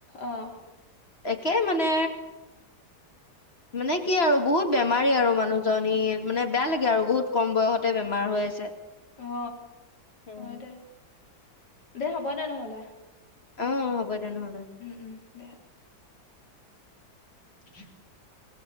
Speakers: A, on the left; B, on the left.
A: আহ
B: একে মানে মানে কি আৰু বহুত বেমাৰী আৰু মানুহজনী মানে বেয়া লাগে আৰু বহুত কম বয়সতে বেমাৰ হৈ আছে
A: অ
B: উম।
A: অ দে দেহা বন ন মল
B: অ হ'ব দে নহ'লে।
A: উম উম দে <unintelligible>